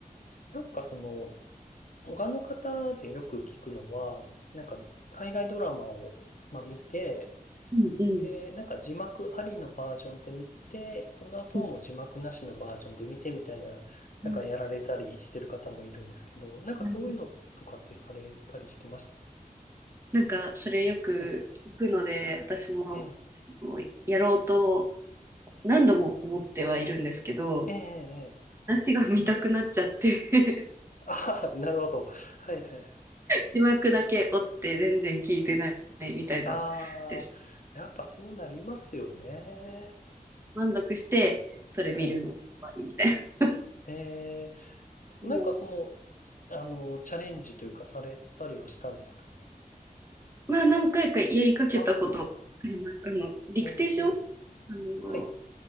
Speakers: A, on the left (about 60°); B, on the right (about 15°).
A: なんかその、他の方でよく聞くのは、なんか海外ドラマを、まあ、見て、
B: うんうん
A: で、なんか字幕ありのバージョンで見て、その後はもう字幕なしのバージョンで見てみたいな、
B: うん
A: なんかやられたりしてる方もいるんですけど、
B: うん
A: なんかそういうのとかってされたりしてました
B: なるほどなんかそれよく聞くので、
A: はい。
B: 私もそのやろうと
A: ええ、
B: 何度も思ってはいるんですけど
A: ええ、ええ。
B: 話が見たくなっちゃって <laughs>
A: あ <laughs> あ、なるほど。はいはいはい。
B: 字幕だけ追って全然聞いてないみたいなです
A: ああ、やっぱそうなりますよね。
B: 満足してそれ見るの終わりみたいな
A: はい。ええ、でもなんかその、
B: <laughs>
A: あの、チャレンジというかされたりはしたんですか
B: まあ何回かやりかけたことありますあのディクテーションあの
A: ああー、ええ、はい。